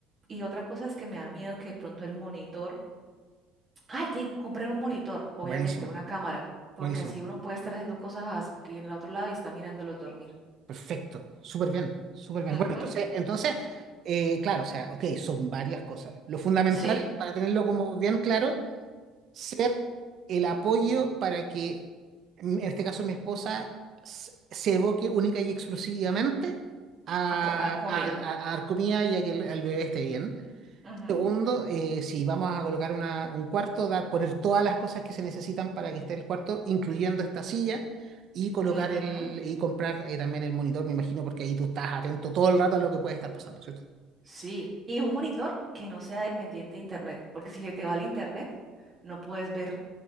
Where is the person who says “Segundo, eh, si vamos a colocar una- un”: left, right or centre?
Right